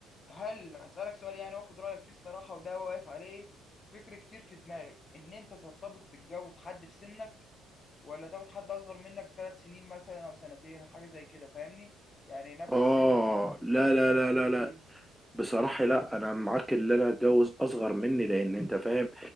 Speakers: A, on the left; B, in the centre.
A: هل أسألك سؤال يعني وآخد رأيك فيه الصراحة وده واقف عليه فكر كتير في دماغي إن أنت ترتبط وتتجوز حد في سنك ولا تاخد حد اصغر منك ثلاث سنين مثلا او سنتين حاجه زي كده فاهمني يعني نفس
B: اه
A: السن بتاعك زميلك
B: لا
A: مثلا
B: لا لا
A: في الكليه
B: لا لا بصراحة لا أنا معاك اللي أنا أتجوز أصغر مني لأن أنت فاهم